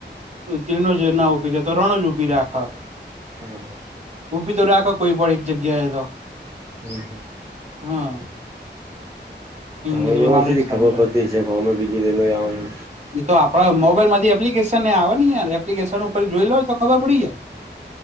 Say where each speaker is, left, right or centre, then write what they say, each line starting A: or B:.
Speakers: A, on the right; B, on the right.
A: ધીણો જ ના ઉભી રહેે તો રણો જ ઊભી આખા
B: હા
A: ઊભી તો રાખો કોઈ પણ એક જગ્યાએ તો
B: હમ્મ
A: હા
B: તો હવે
A: કીધું
B: એમાં
A: હારું
B: શેની
A: જ સેન્ટ્રલ
B: ખબર પડતી હશે કે અમે બીજી <unintelligible>
A: ઈતો આપણા મોબાઈલ માંથી એપ્લિકેશન નેય આવે ને યાર એપ્લિકેશન ઉપર જોઈ લો તો ખબર પડી જાય